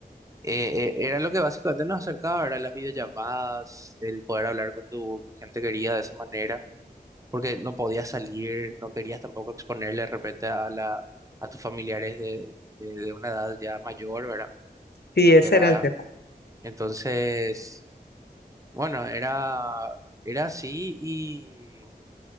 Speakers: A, on the right; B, on the left.
A: eh, eh, era lo que básicamente nos acercaba, eran las videollamadas, el poder hablar con tu, tu gente querida de esa manera, porque no podías salir, no querías tampoco exponerle de repente a la, a tus familiares de, eh, de una edad ya mayor, ¿verdad?
B: sí, ese
A: Que era,
B: era el tema.
A: entonces, bueno, era, era así y...